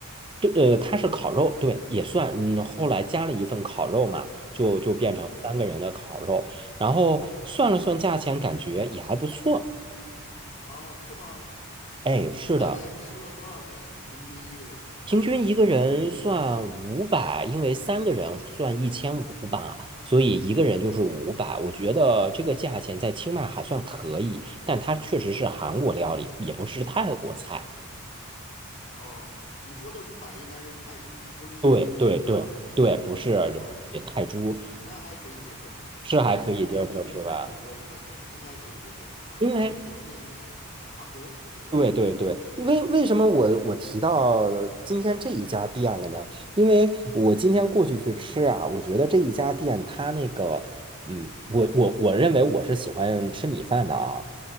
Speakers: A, on the right; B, on the left.
A: 对，呃，它是烤肉，对，也算，嗯，后来加了一份烤肉嘛，就就变成三个人的烤肉，
B: 嗯，
A: 然后算了算价钱，感觉也还不错。
B: 哦，是吗？
A: 哎，是的，
B: 大概吃了多少钱？平均一个人？
A: 平均一个人算五百，因为三个人算一千五吧，所以一个人就是五百。我觉得这个价钱在清迈还算可以，但它确实是韩国料理，也不是泰国菜。
B: 哦，你说的五百应该是泰铢，不是人民币，
A: 对对对对，
B: 是吧？
A: 不是人民币泰铢，
B: 哦，OK OK，啊，那还可以接受，
A: 是还可以接受，
B: 人均将近一百多一块钱，
A: 是吧？
B: 应该可以接受啊，
A: 因为
B: 跟国内应该差不多，我觉得这个，
A: 对对对，为为什么我我提到今天这一家店了呢？
B: 嗯
A: 因为我今天过去去吃啊，我觉得这一家店它那个，嗯，我我我认为我是喜欢吃米饭的啊，